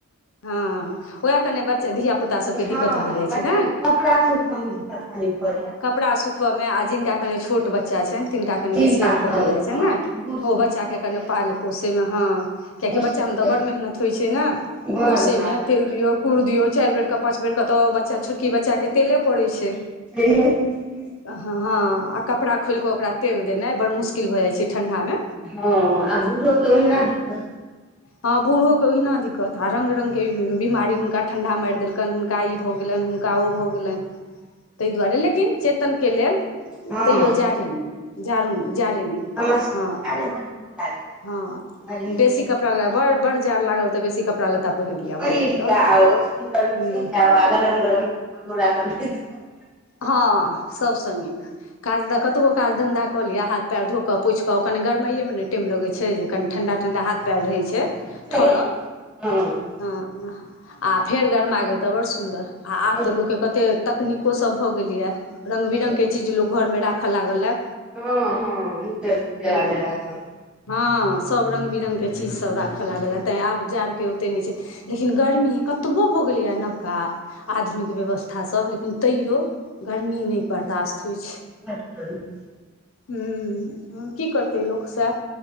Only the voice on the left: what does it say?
हँ वएह कने बच्चे धियापुता सबके
दिक्कत भऽ जाइ
छै ने
कपड़ा सुख बऽ मे आ जिनका कनि छोट बच्चा छनि तिनका कनि
बेसिये
दिक्कत
भ
जाय छैन ने
ओ
बच्चा के
कनि
पाल पोसेमे हं कियाकि
बच्चामे
बड़
मेहनत होइ छै ने
पोसे
मे
तेल
दियौ कुर डियो चार बेर क पाच बेर बच्चा छोटकी बच्चा के तेले पड़े छै
आ हं कपड़ा खोलिके ओकरा तेल देनाइ बड़ मुशकिल भ जाइ छै ठंडामे
हँ बूढ़ो के ओहिना दिक क कहत ह आ रंग रंग के बीमारी हुनका ठंडा मारि देलकनि हुनका ई भऽ गेलनि हुनका ओ भऽ गेलनि तइ दुआरे लेकिन चेतन के लेल
तैयो जारे जारो मे जारे मे
हँ
हँ
बेसी कपड़ा
ल बड़ बड़ जाड़ लागल त बेसी कपड़ा लत्ता लिअ
भऽ गेलै
आओर की
हूँ
हँ सभसँ नीक काज कतबो काज धन्धा कऽ लिअ हाथ पैर धो कऽ पोछि कऽ ओकरा गरमाइयमे नहि टाइम लगै छै जे कनि ठण्डा ठण्डा हाथ पैर रहै छै
ठरल
हँ आ फेर गरमा गेल तऽ बड़ सुन्दर आ
आब तऽ
लोकके कते तकनीक सब भ गेल ये रंग
बिरंग के
चीज लोग घर मे राखै लागल ये
हँ
हँ सब रंग बिरंग के चीज सब राखे लागल
है तैं
आब जाड़ के ओते नै छै लेकिन गर्मी कतबो भऽ गेलैया नबका आधुनिक व्यवस्थासभ लेकिन तैयो गरमी नहि बर्दाश्त होइ छै
हूं की करतै लोकसँ